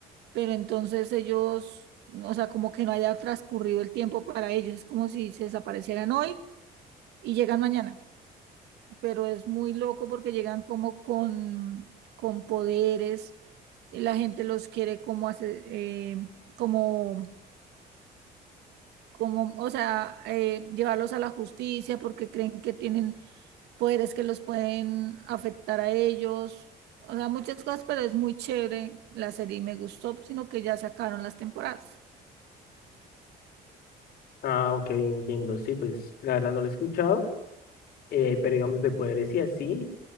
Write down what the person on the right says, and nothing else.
pero entonces ellos, o sea, como que no haya transcurrido el tiempo para ellos, es como si se desaparecieran hoy y llegan mañana, pero es muy loco porque llegan como con, con poderes, la gente los quiere como hacer, eh, como, como, o sea, eh, llevarlos a la justicia porque creen que tienen poderes que los pueden afectar a ellos. O sea, muchas cosas, pero es muy chévere la serie y me gustó, sino que ya sacaron las temporadas.